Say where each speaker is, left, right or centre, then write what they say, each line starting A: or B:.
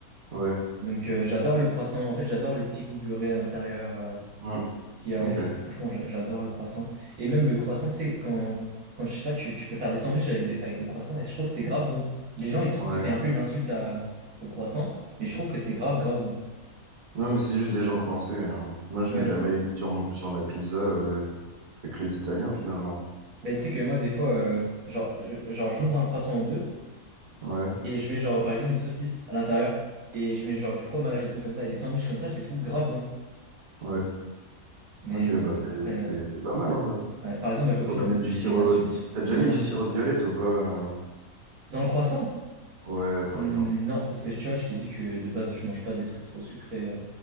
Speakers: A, on the right; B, on the right.
A: Ouais.
B: Donc, euh, j'adore le croissant. En fait, j'adore le petit goût beurré à l'intérieur. euh,
A: Hein,
B: qu'il y a
A: Ok.
B: et tout. Franchement, j'a- j'adore le croissant. Et même le croissant, tu sais, quand, quand je sais pas, tu, tu peux faire des sandwichs avec, des- avec le croissant et je trouve que c'est grave bon. Les gens, ils trouvent
A: Ouais.
B: que c'est un peu une insulte à- au croissant, mais je trouve que c'est grave, grave bon.
A: Non, mais c'est juste des gens coincés. hein. Moi, je
B: Ouais.
A: mets de la mayonnaise sur, mon- sur ma pizza euh, avec les Italiens finalement.
B: Mais tu sais que moi, des fois, euh, genre, euh, genre j'ouvre un croissant en deux
A: Ouais.
B: et je mets, genre, par exemple, une saucisse à l'intérieur et je mets, genre, du fromage, des trucs comme ça. Et les sandwichs comme ça, je les trouve grave bons.
A: Ouais.
B: Mais
A: Ok,
B: bon,
A: bah c'est
B: après,
A: c'est- c'est pas mal en vrai.
B: ouais. Par exemple, ma copine
A: Tu pourrais mettre
B: me dit
A: du
B: que
A: sirop.
B: c'est une insulte.
A: T'as
B: C'est
A: déjà
B: une
A: mis
B: insulte
A: du sirop
B: aux
A: de
B: Français.
A: violette ou pas? euh
B: Dans le croissant?
A: Ouais, par
B: Hmm,
A: exemple.
B: Non, parce que tu vois, je t'ai dit que de base, je mange pas des trucs trop sucrés. euh,